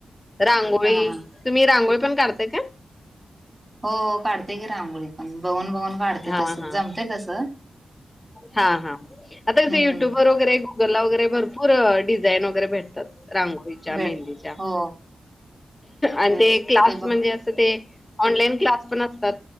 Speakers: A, on the left; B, on the right.
A: रांगोळी
B: हा
A: तुम्ही रांगोळी पण काढता का?
B: हो, काढते की रांगोळी पण, बघून बघून काढते,
A: हा
B: तसं
A: हा
B: जमतंय तसं.
A: हा, हा, आता कसं
B: हम्म
A: युट्युब वगैरे जल्ला वगैरे भरपूर डिझाईन वगैरे भेटतात रांगोळी रांगोळीच्या,
B: भेटते
A: मेहंदीच्या
B: हो
A: आणि
B: तेच
A: ते क्लास
B: ब
A: म्हणजे असं ते ऑनलाईन क्लास पण असतात,